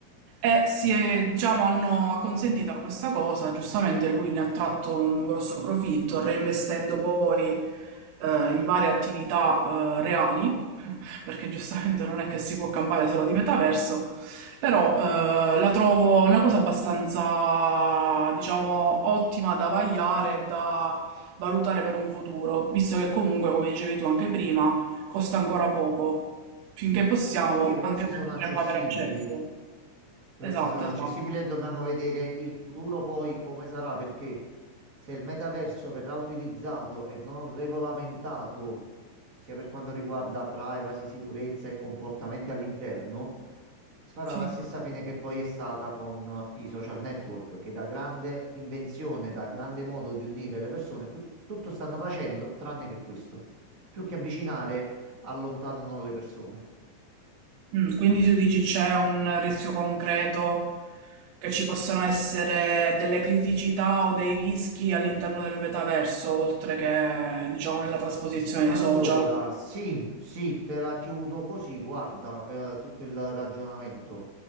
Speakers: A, on the right; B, on the right.
A: e si è- diciamo, hanno acconsentito a questa cosa. Giustamente lui ne ha tratto un grosso profitto, reinvestendo poi eh, in varie attività eh, reali, <laughs> perché giustamente non è che si può campare solo di metaverso, però eh, la trovo una cosa abbastanza, diciamo, ottima da vagliare e da valutare per un futuro, visto che comunque, come dicevi tu anche prima, costa ancora poco. Finché possiamo,
B: Sì, i prezzi
A: anche
B: sono
A: noi potremmo
B: accessibili.
A: avere accesso.
B: I prezzi
A: Esatto,
B: sono
A: esatto.
B: accessibili e dobbiamo vedere il futuro poi come sarà, perché se il metaverso verrà utilizzato e non regolamentato, sia per quanto riguarda privacy, sicurezza e comportamenti all'interno, si farà
A: Sì.
B: la stessa fine che poi è stata con i social network, che da grande invenzione, da grande modo di unire le persone, più, tutto stanno facendo tranne che questo. Più che avvicinare, allontanano le persone.
A: Mh, quindi tu dici c'è un rischio concreto che ci possano essere delle criticità o dei rischi all'interno del metaverso, oltre che, diciamo, nella trasposizione
B: Allora,
A: dei social.
B: sì, sì, te la chiudo così, guarda, eh, tutto il ragionamento.